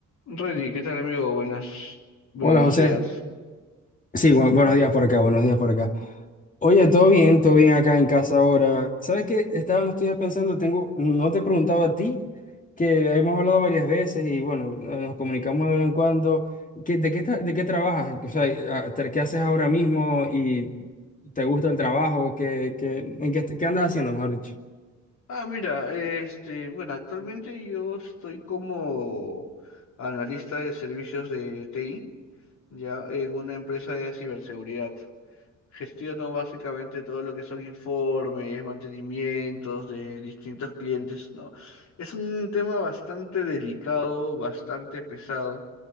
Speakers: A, on the left; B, on the left.
A: Reni, ¿qué tal amigo? Buenas, buenos
B: Hola José.
A: días.
B: Sí, bu- buenos días por acá, buenos días por acá. Oye, todo bien, todo bien acá en casa ahora. ¿Sabes qué? Estaba, no estoy pensando, tengo, no te he preguntado a ti, que hemos hablado varias veces y bueno, eh, nos comunicamos de vez en cuando. ¿Qué- de qué, tra- de qué trabajas? O sea, a- te- ¿qué haces ahora mismo y te gusta el trabajo? ¿Qué, qué, en qué, qué andas haciendo, mejor dicho?
A: Ah, mira, este, bueno, actualmente yo estoy como analista de servicios de TI, ya en una empresa de ciberseguridad. Gestiono básicamente todo lo que son informes, mantenimientos de distintos clientes, ¿no? Es un tema bastante delicado, bastante pesado,